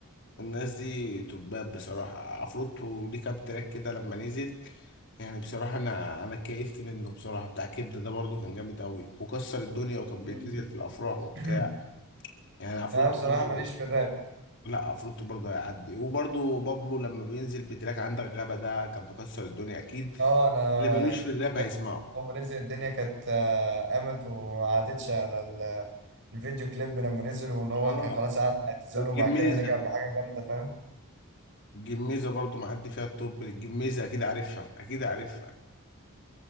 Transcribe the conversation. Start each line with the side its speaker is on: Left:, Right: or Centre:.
Left: الناس دي تباب بصراحة عفروتو ليه كام تراك كده لما نزل يعني بصراحة أنا أنا كيفت منه بصراحة بتاع كبدة ده برضو كان جامد أوي وكسر الدنيا وكان بيتنزل
Right: أمم.
Left: في الأفراح وبتاع
Right: <clears throat>
Left: يعني عفروتو
Right: انا بصراحه
Left: برضو
Right: ماليش في الراب
Left: لا عفروتو برضو هيعدي وبرضو بابلو لما بينزل بتراك عندك غابة ده كان بيكسر الدنيا أكيد
Right: اه انا
Left: اللي ملوش في الراب
Right: كانت
Left: هيسمعه
Right: هو نزل الدنيا كانت آه، قامت وما عادتش على ال- الفيديو كليب لما نزل وان هو
Left: اه
Right: كان خلاص قعد اعتزاله
Left: والجميزة
Right: وبعد كده رجع بحاجه جامده فاهم
Left: الجميزة برضو معدي فيها التوب الجميزة أكيد عارفها أكيد عارفها